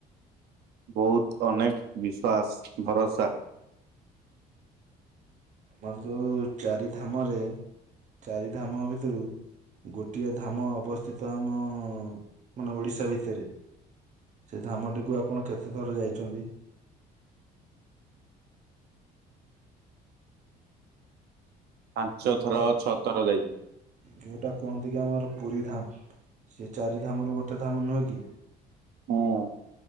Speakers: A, on the right; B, on the right.
A: ବୋହୁତୁ, ଅନେକ, ବିଶ୍ୱାସ ଭରସା।
B: ବନ୍ଧୁ ଚାରି ଧାମରେ। ଚାରି ଧାମ ଭିତରୁ ଗୋଟିଏ ଧାମ ଅବସ୍ଥିତ ଆମ ମାନେ ଓଡିଶା ଭିତେରେ। ସେ ଧାମଟିକୁ ଆପଣ କେତେ ଥର ଯାଇଛନ୍ତି?
A: ପାଞ୍ଚ
B: ଯୋଉଟା
A: ଥରଆଉ ଛଅ ଥର ଯାଇଛି।
B: ଯୋଉଟା କୁହନ୍ତି କି ଆମର ପୁରୀ ଧାମ୍। ସେ ଚାରି ଧାମ ରୁ ଗୋଟେ ଧାମ ନୁହେଁ କି?
A: ହଁ।